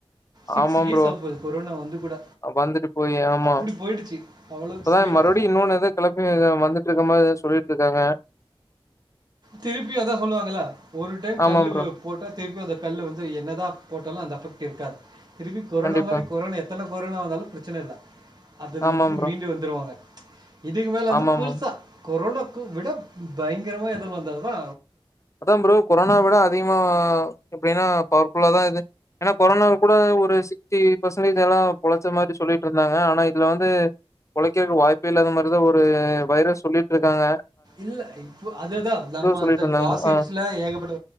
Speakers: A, on the right; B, on the left.
A: சிக்ஸ்
B: ஆமா
A: இயர்ஸ்
B: ப்ரோ
A: ஆவ்போது கொரோனா வந்து கூட.
B: வந்துட்டு போயி ஆமா
A: அப்படி போயிடுச்சு. அவ்வளோ
B: இப்பதா
A: ஸ்பீடா.
B: மறுப்டியூ இன்னொன் எதோ கெளம்பி வந்துட்ருக்க மாரி சொல்லிட்ருக்காங் காங்க
A: திருப்பியூ அதா சொல்லுவாங்கள ஒரு டைம்
B: ஆமா
A: கல்லு
B: ப்ரோ
A: போட்டா திருப்பியூ அந்த கல்லு வந்து என்னதா போட்டாலூ அந்த அஃபெக்ட் இருக்காது திரும்பி கொரனா
B: கண்டிப்பா
A: மாரி கொரன் எத்தன கொரோனா வந்தாலூ ப்ரச்சனல்ல அதுலேந்து
B: ஆமா ப்ரோ
A: மீண்டு வந்துருவாங்க இதுக்கு மேலே வந்து
B: ஆமா
A: புதுசா
B: ப்ரோ
A: கொரோனா கு விடப் பயங்கரமா வந்ததா
B: அதா ப்ரோ கொரோனா விட அதிகமா எப்டின்னா பவர்ஃபுல்லா தா இது ஏனா கொரோனா கூட ஒரு சி டீ பசன்ட்டேஜ் எல்லா பொழைச்ச மாத்ரி சொல்லிட்ருந்தாங்க ஆனா இதுல வந்து பொழைக்கிறதுக்கு வாய்ப்பு இல்லாத மாத்ரிதா ஒரு வைரஸ் சொல்லிட்ருக்காங்க
A: இல்ல இப்போ அதேதா நம்ம
B: சொல்லிட்டு
A: அந்த
B: இருந்தாங்க
A: காசிப்
B: ஆ
A: ல ஏகப்பட்ட